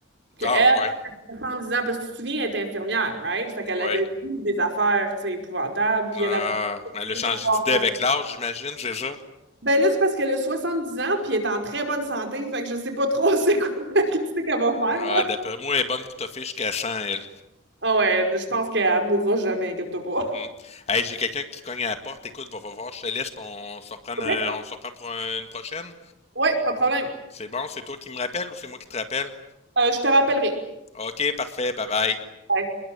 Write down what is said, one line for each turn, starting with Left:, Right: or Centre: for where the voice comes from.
Right: Que
Left: Ah
Right: elle,
Left: ouais,
Right: 70 ans, parce que tu te souviens, elle était infirmière, right? Fait qu'elle
Left: ouais.
Right: avait vu des affaires, tu sais, épouvantables, puis
Left: Ah,
Right: elle a voulu
Left: mais elle
Right: rien
Left: a changé
Right: savoir.
Left: d'idée avec l'âge, j'imagine, c'est ça?
Right: Ben là, c'est parce qu'elle a 70 ans, puis elle est en très bonne santé, fait que je sais pas trop <laughs> c'est quoi, qu'est-ce qu'elle va faire,
Left: Ah,
Right: là.
Left: d'après moi, elle est bonne pour toffer jusqu'à 100 elle.
Right: Ah ouais, je pense qu'elle mourra jamais, inquiète-toi pas.
Left: Mm. Hey, j'ai quelqu'un qui cogne à la porte. Écoute, va, va voir, je te laisse, puis on se reprend,
Right: OK?
Left: un- on se reprend pour une prochaine.
Right: Ouais, pas de problème.
Left: C'est bon, c'est toi qui me rappelles ou c'est moi qui te rappelle?
Right: Euh, je te rappellerai.
Left: Ok, parfait, bye bye.
Right: Bye.